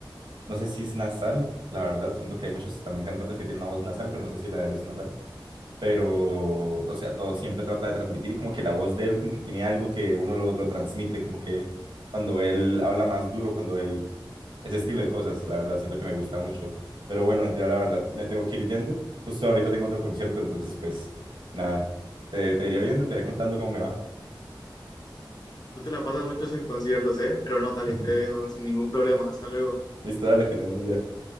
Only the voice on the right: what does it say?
no sé si es nasal, la verdad, siento que hay muchos también cantantes que tienen una voz nasal, pero no sé si la de él es nasal pero, o sea, todo siempre trata de transmitir y como que la voz de él como que tiene algo que uno lo, lo transmite, como que cuando él habla más duro, cuando él, ese estilo de cosas, la verdad, siento que me gusta mucho. Pero bueno, ya la verdad, me tengo que ir yendo. Justo ahorita tengo otro concierto, entonces pues nada, te, te iré viendo, te iré contando cómo me va.
<laughs>
Listo, dale, que tengas un buen día.